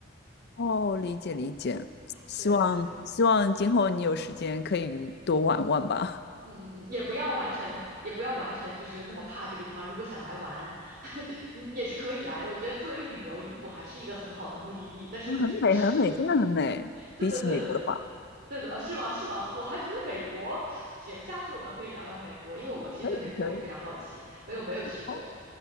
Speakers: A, on the left; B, on the right.
A: 哦，理解理解，希望希望今后你有时间可以多玩玩吧。
B: 对。嗯嗯嗯，也不要完全，也不要完全就是那么怕这个地方。如果想来玩，<laughs> 你也是可以来的。我觉得作为旅游，英国还是一个很好的目的地。但是就是不是，
A: 哦很美，很美，真的很美。
B: <laughs> 对对对对对，
A: 比起美国的话，
B: 对的，啊是吗？是吗？我还觉得美国行，下次我们可以聊聊美国，因为我其实对美国也非常好奇，
A: 可以可以，
B: 没有没有去过。
A: 好，